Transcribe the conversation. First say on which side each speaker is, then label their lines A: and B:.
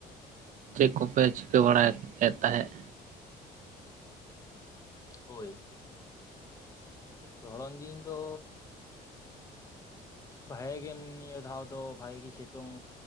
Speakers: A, on the right (about 50°); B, on the left (about 20°).
A: ᱪᱮᱫ ᱠᱚᱯᱮ ᱪᱤᱠᱟᱹ ᱵᱟᱲᱟᱭᱮᱫ ᱛᱟᱦᱮᱸᱫ
B: ᱦᱳᱭ ᱫᱷᱚᱨᱚᱱ ᱫᱤᱱ ᱫᱚ ᱵᱷᱟᱜ ᱜᱮ ᱱᱤᱭᱟᱹ ᱫᱷᱟᱣ ᱫᱚ ᱵᱷᱟᱜᱮᱜ ᱜᱮ ᱥᱤᱛᱩᱝ